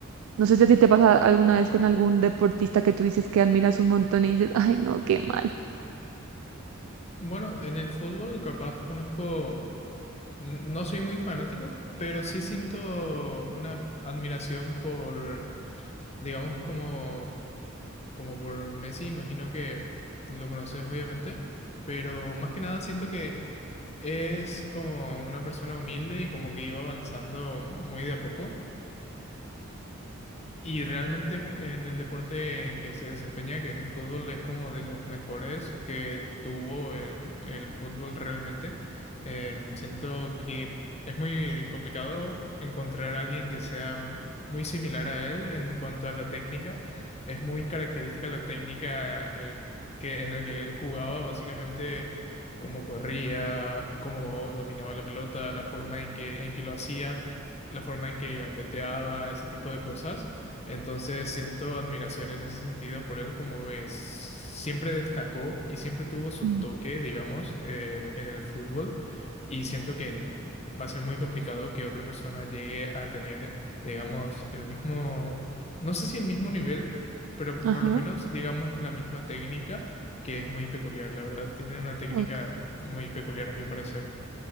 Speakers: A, on the right; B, on the left.
A: No sé si a ti te pasa alguna vez con algún deportista que tú dices que admiras un montón y dices, ay, no, qué mal.
B: Bueno, en el fútbol capaz conozco, n- no soy muy fanático, pero sí siento una admiración por, digamos, como, como por Messi, imagino que lo conoces obviamente, pero más que nada siento que es como una persona humilde y como que iba avanzando muy de a poco. Y realmente en el deporte en que se desempeña, que es el fútbol, es como de los mejores que tuvo el, el fútbol realmente. Em, siento que es muy complicado encontrar a alguien que sea muy similar a él en cuanto a la técnica. Es muy característica la técnica el, que, en la que él jugaba, básicamente cómo corría, cómo dominaba la pelota, la forma en que, en que lo hacía, la forma en que gambeteaba, ese tipo de cosas. Entonces siento admiración en ese sentido por él, como que siempre destacó y siempre tuvo su
A: Sí.
B: toque, digamos, eh, en el fútbol. Y siento que n- va a ser muy complicado que otra persona llegue a tener, digamos, el mismo, no sé si el mismo nivel, pero
A: Ajá,
B: por lo menos, digamos, la misma técnica, que es muy peculiar, la verdad. Tiene una técnica
A: ok.
B: muy peculiar a mi parecer.